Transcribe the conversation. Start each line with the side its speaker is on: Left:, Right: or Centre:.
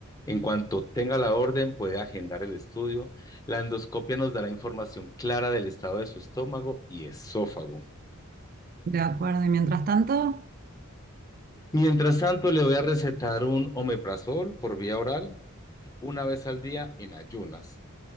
Left: En cuanto tenga la orden, puede agendar el estudio. La endoscopia nos dará información clara del estado de su estómago y esófago.
Right: De acuerdo, y mientras tanto,
Left: Mientras tanto, le voy a recetar un omeprazol por vía oral una vez al día en ayunas.